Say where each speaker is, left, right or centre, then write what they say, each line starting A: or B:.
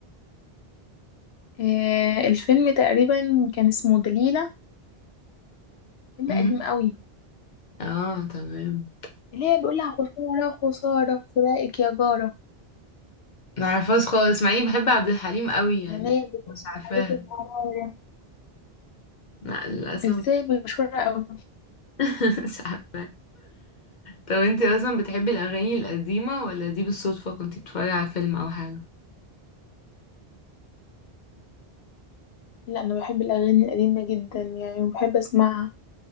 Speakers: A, on the left; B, on the left.
A: آه، الفيلم تقريبا كان اسمه دليله فيلم
B: امم
A: قديم قوي
B: اه تمام
A: اللي هي بيقول لها خساره خساره فراقك يا جاره
B: ما عارفاش خالص مع اني بحب عبد الحليم قوي يعني
A: عينيا بتقول
B: مش عارفاها
A: عليكي بمرارة
B: لا للاسف
A: ازاي بشوره قوي
B: <laughs> مش عارفاها طب انت اصلا بتحبي الاغاني القديمة ولا دي بالصدفة كنت بتتفرجي على فيلم او حاجة
A: لا انا بحب الاغاني القديمه جدا يعني وبحب اسمعها